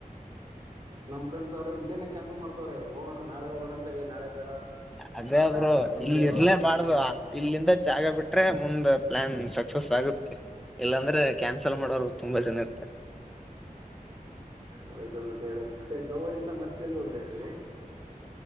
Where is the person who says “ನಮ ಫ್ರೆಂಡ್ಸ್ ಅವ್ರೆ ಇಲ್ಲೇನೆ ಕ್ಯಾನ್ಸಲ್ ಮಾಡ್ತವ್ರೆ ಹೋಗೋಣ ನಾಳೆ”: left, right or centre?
Right